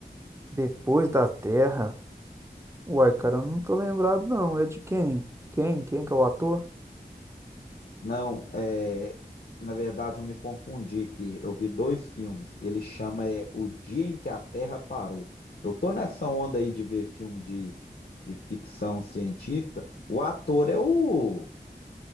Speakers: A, on the right; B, on the left.
A: Depois da Terra? Uai, cara, eu não tô lembrado, não. É de quem? Quem? Quem que é o ator?
B: Não, é, na verdade eu me confundi aqui. Eu vi dois filmes. Ele chama é, O Dia em que a Terra Parou. Eu tô nessa onda aí de ver filme de, de ficção científica. O ator é o